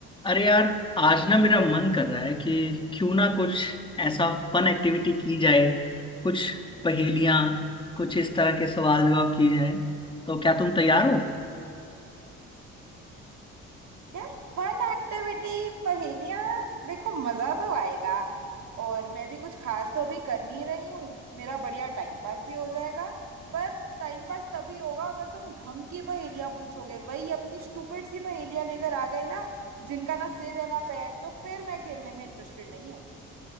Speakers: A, on the left; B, on the right.
A: अरे यार आज ना मेरा मन कर रहा है कि क्यों ना कुछ ऐसा फन एक्टिविटी की जाए कुछ पहेलियां कुछ इस तरह के सवाल जवाब की जाए तो क्या तुम तैयार हो
B: यार fun activity पहेलियां देखो मजा तो आएगा और मैं भी कुछ खास तो अभी कर नहीं रही हूँ मेरा बढ़िया टाइम पास भी हो जाएगा पर टाइम पास तभी होगा अगर तुम ढंग की पहेलियां पूछोगे वही अपनी स्टूपिड सी पहेलियां लेकर आ गए ना जिनका ना सिर है ना पैर तो फिर मैं खेलने में इंटरेस्टेड नहीं हूँ